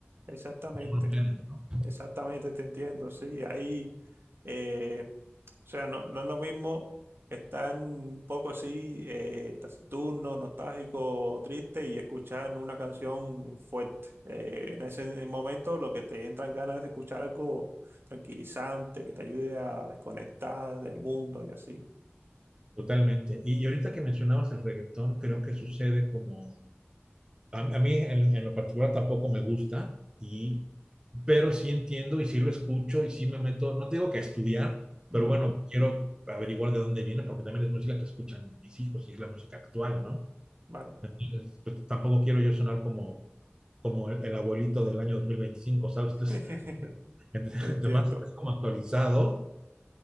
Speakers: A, on the right; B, on the right.
A: Exactamente.
B: un género.
A: Exactamente, te entiendo, sí. Ahí, eh, o sea, no, no es lo mismo estar un poco así, eh, taciturno, nostálgico, triste y escuchar una canción fuerte. Eh, en ese momento lo que te entran ganas es de escuchar algo tranquilizante, que te ayude a desconectar del mundo y así.
B: Totalmente. Y, y ahorita que mencionabas el reggaetón, creo que sucede como, a, a mí en, en lo particular tampoco me gusta, y, pero sí entiendo y sí lo escucho y sí me meto, no te digo que a estudiar,
A: Ujú,
B: pero bueno, quiero averiguar de dónde viene porque también es música que escuchan mis hijos y es la música actual, ¿no?
A: Vale,
B: Entonces, pues, tampoco quiero yo sonar como, como el, el abuelito del año dos mil veinticinco ¿sabes? Entonces,
A: <laughs>
B: <laughs> entonces,
A: te entiendo.
B: entre más estés como actualizado,